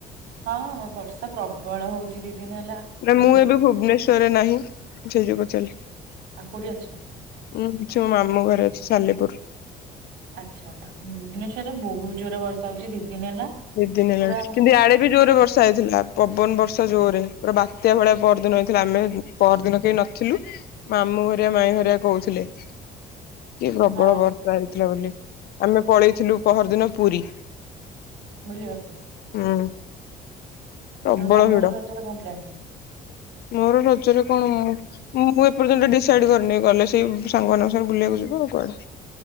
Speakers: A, on the right; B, on the left.
A: ହଁ, ବର୍ଷା ପ୍ରବଳ ହଉଚି ଦି ଦିନ୍‌ ହେଲା।
B: ନା
A: ବହୁତ
B: ମୁଁ ଏବେ
A: ପ୍ର
B: ଭୁବନେଶ୍ୱରରେ ନାହିଁ ସେଇ ଯୋଗୁ ପଚାରିଲି।
A: ଆଉ କୋଉଠି ଅଛ?
B: ଉଁ ଅଛି ମୋ ମାମୁ ଘରେ ଅଛି ସାଲେପୁର।
A: ଆଚ୍ଛା ଭୁବନେଶ୍ୱର ରେ ବହୁତ ଜୋରେ ବର୍ଷା ହଉଛି ଦି ଦିନ ହେଲା।
B: ଡ଼ି ଦିନ ହେଲାଣି
A: ପୁରା ମାନେ
B: କିନ୍ତୁ ଆଡେ ବି ଜୋରରେ ବର୍ଷା ହେଇଥିଲା ପବନ ବର୍ଷା ଜୋରରେ ପୁରା ବାତ୍ୟା ଭଳିଆ ପରଦିନ ହେଇଥିଲା। ଆମେ ପର ଦିନ କେହି ନଥିଲୁ ମାମୁଁ ହେରିକା ମାଇଁ ହେରିକା କହୁଥିଲେ। କି ପ୍ରବଳ
A: ହଁ
B: ବର୍ଷା ହେଇଥିଲା ବୋଲି ଆମେ ପଳେଇଥିଲୁ ପହର ଦିନ ପୁରୀ।
A: ବୁଲିବାକୁ,
B: ହୁଁ
A: ଆଉ
B: ପ୍ରବଳ
A: ତମର
B: ଭିଡ଼
A: ରଜରେ କଣ ପ୍ଲାନ?
B: ମୋର ରଜରେ କଣ ମୁଁ ମୁଁ ଏପର୍ଯ୍ୟନ୍ତ ଡିସାଇଡ କରିନି ଗଲେ ସେଇ ସାଙ୍ଗମାନାନଙ୍କ ସାଙ୍ଗେ ବୁଲିବାକୁ ଯିବ ଆଉ କୁଆଡେ।